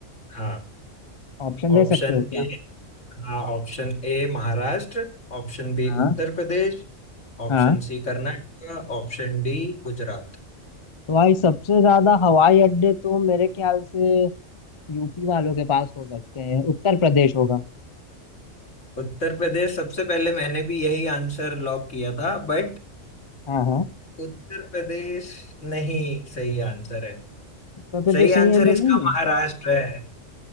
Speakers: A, on the left; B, on the left.
A: हाँ
B: ऑप्शन
A: ऑप्शन
B: दे सकते हो क्या
A: ए हाँ option A Maharashtra option B
B: हाँ
A: Uttar Pradesh option
B: हाँ
A: C Karnataka option D Gujarat
B: भाई सबसे ज्यादा हवाई अड्डे तो मेरे ख्याल से यूपी वालों के पास हो सकते हैं उत्तर प्रदेश होगा
A: Uttar Pradesh सबसे पहले मैंने भी यही आंसर लॉक किया था बट
B: हाँ हाँ
A: उत्तर प्रदेश नहीं सही आंसर है
B: उत्तर प्रदेश
A: सही
B: सही
A: आंसर
B: आंसर
A: इसका
B: नहीं है
A: महाराष्ट्र है